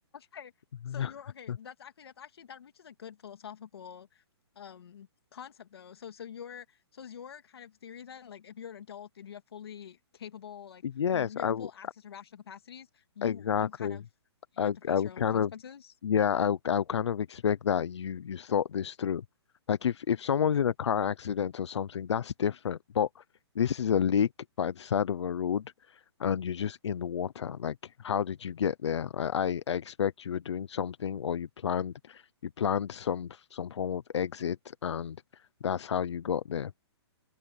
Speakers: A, on the left; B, on the left.
A: Okay.
B: <laughs>
A: So you're okay. That's actually that's actually that reaches a good philosophical um concept though. So so your so is your kind of theory then like if you're an adult and you have fully capable like
B: yes,
A: you've you
B: I
A: have
B: would.
A: full access to rational capacities, you
B: Exactly.
A: you kind of you
B: I
A: have to face
B: I would
A: your own
B: kind
A: consequences.
B: of yeah, I would- I would kind of expect that you you thought this through. Like if if someone's in a car accident or something, that's different. But this is a lake by the side of a road and you're just in the water. Like how did you get there? I I, I expect you were doing something or you planned you planned some some form of exit and that's how you got there.